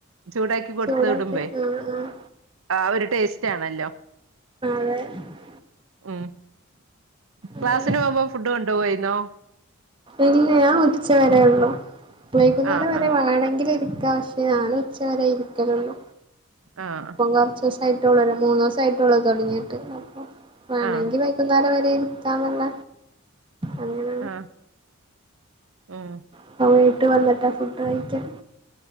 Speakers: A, on the right; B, on the right.
A: ചൂടാക്കി കൊടുത്ത്വിടുമ്പേ
B: ചൂടാക്കി ആഹ് ആഹ്
A: ആ ഒരു ടേസ്റ്റ് ആണല്ലോ
B: <unintelligible>
A: ഉം ക്ലാസിന്
B: അങ്ങനെ
A: പോകുമ്പോ ഫുഡ് കൊണ്ടു പോോയിുന്നോ
B: ഇല്ല ഞാൻ ഉച്ച വരെ ഉള്ളു വൈന്നേരം
A: ആഹ്
B: വരെ
A: ആഹ്
B: വേണമെങ്കിൽ ിക്ക പക്ഷെ ഞാനും ഉച്ചകരായി ഇരിക്കലുള്ളൂ
A: ആഹ
B: കുറച്ച്ു ദിവസ ആയിട്ടള്ളൂ മൂന്ന് ദിവസ ആയിട്ടള്ളൂ തൊടങ്ങിട്ടെ വേണമെങ്കിൽ
A: ആഹ്
B: വ ുന്നരം വരെ ഇരിക്കന്നല്ല അങ്ങന
A: ആഹ ഉം
B: പ്പ വീട്ട് വന്നിട്ട ഫുഡ് കഴിചത്